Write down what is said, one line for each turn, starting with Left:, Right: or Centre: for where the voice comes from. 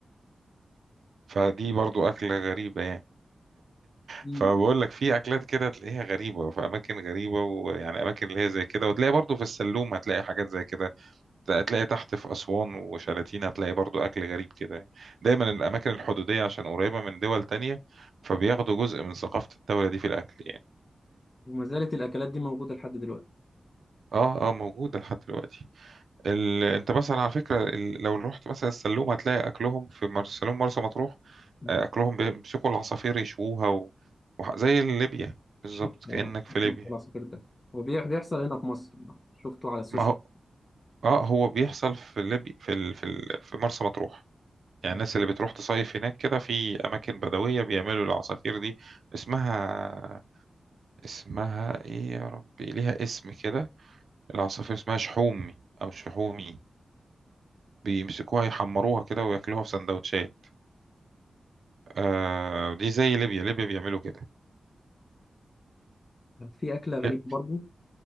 Right: فدي برضو أكلة غريبة يعني
Left: دي
Right: فبقول لك في اكلات كده تلاقيها غريبه في اماكن غريبه ويعني اماكن اللي هي زي كده وتلاقي برضو في السلوم هتلاقي حاجات زي كده هتلاقي تحت في اسوان وشلاتين هتلاقي برضو اكل غريب كده يعني. دايما الاماكن الحدوديه عشان قريبه من دول تانية فبياخدوا جزء من ثقافه الدوله دي في الاكل يعني
Left: وما زالت الأكلات دي موجودة لحد دلوقتي
Right: اه اه موجوده لحد دلوقتي ال... انت مثلا على فكره ال... لو رحت مثلا السلوم هتلاقي اكلهم في مر... سلوم مرسى مطروح
Left: مم.
Right: آه، اكلهم بيمسكوا العصافير يشووها و... وح- زي ليبيا بالظبط
Left: شوف آه،
Right: كانك في ليبيا
Left: العصافير ده هو بيح- بيحصل هنا في مصر شفته على السوشيال
Right: ما اه هو بيحصل في ليبي في ال... في ال... في مرسى مطروح يعني
Left: آه.
Right: الناس اللي بتروح تصيف هناك كده في اماكن بدويه بيعملوا العصافير دي اسمها اسمها ايه يا ربي ليها اسم كده العصافير اسمها شحومي او شحومي بيمسكوها يحمروها كده وياكلوها في سندوتشات آه دي زي ليبيا ليبيا بيعملوا كده
Left: في أكلة غريبة
Right: ليب...
Left: برضو